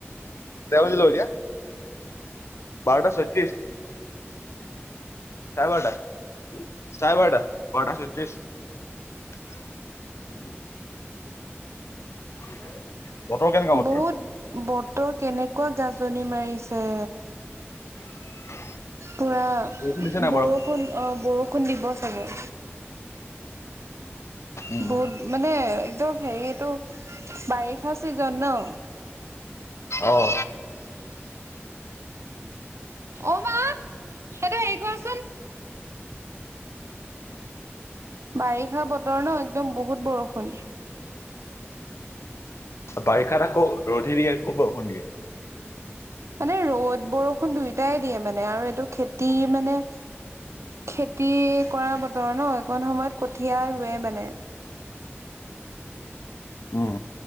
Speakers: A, on the left; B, on the right.
A: পেবালি লওঁ এতিয়া। বাৰতাশত্ৰিছ। চাৰেবাৰতা, চাৰেবাৰতা, বাৰতাশত্ৰিছ। <inaudible> <inaudible> বতৰ
B: বহুত বতৰ কেনেকুৱা গাজনি মাৰিছে।
A: <inaudible>
B: পুৰা
A: বৰষুণ দিছে নাই
B: বৰষুণ অ বৰষুণ দিব চাগে।
A: উম
B: বহুত মানে একদম হেৰি টো বাৰিষা ছিজন ন?
A: অহ।
B: অ মা সেইটো হেৰি কৰচোন। বাৰিষা বতৰ ন একদম বহুত বৰষুণ।
A: বাৰিষাত আকৌ ৰ'দ হে দিয়ে ক'ত বৰষুণ দিয়ে।
B: মানে ৰ'দ বৰষুণ দুয়োটাই দিয়ে মানে আৰু এইটো খেতি মানে খেতি কৰা বতৰ ন একণ সময়ত কঠীয়া ৰুৱে মানে।
A: উম